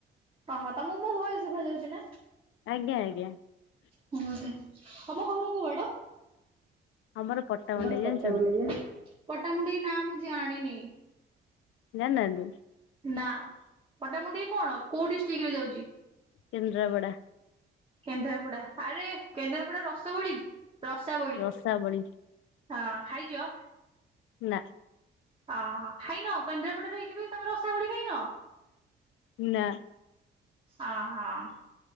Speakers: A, on the right; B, on the left.
A: ହଁ ହଁ ତମକୁ ମୋ ଭଏସ୍ ଶୁଭା ଯାଉଛି ନା?
B: ଆଜ୍ଞା ଆଜ୍ଞା।
A: ତମ ଘର କଉ ଆଡ?
B: ଆମର ପଟ୍ଟା ମଣ୍ଡେଇ
A: ଘର ପଟାମୁଣ୍ଡେଇ
B: ଜାଣିଛନ୍ତି
A: ବା, ପଟାମୁଣ୍ଡେଇ ନାଁ ମୁଁ ଜାଣିନି।
B: ଜାଣିନାହାନ୍ତି?
A: ନା ପଟାମୁଣ୍ଡେଇ କଣ କୋଉ ଡିଷ୍ଟ୍ରିକ୍ଟ୍ ରେ ଯାଉଛି?
B: କେନ୍ଦ୍ରାପଡ଼ା।
A: କେନ୍ଦ୍ରାପଡା ଆରେ କେନ୍ଦ୍ରାପଡା ରସବଳି ରସାବଳି।
B: ରସାବଳି
A: ହଁ ଖାଇଛ?
B: ନା।
A: ଆ ହଁ ଖାଇନ କେନ୍ଦ୍ରାପଡାରେ ରହିକି ବି ତମେ ରସାବଳି ଖାଇନ?
B: ନା।
A: ଅ ହଁ।